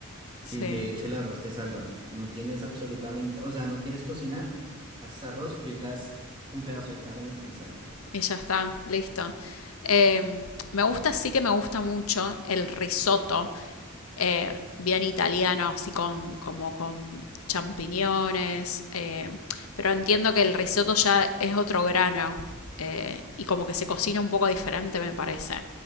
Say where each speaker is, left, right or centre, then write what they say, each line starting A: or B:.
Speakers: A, on the left; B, on the right.
A: Sí.
B: Sí, de hecho el arroz te salva. No tienes absolutamente, o sea, no quieres cocinar, haces arroz, fritas un pedazo de carne y sale.
A: Y ya está, listo. Eh, me gusta, sí que me gusta mucho el risotto, eh, bien italiano, así con, como con champiñones, eh, pero entiendo que el risotto ya es otro grano eh, y como que se cocina un poco diferente, me parece.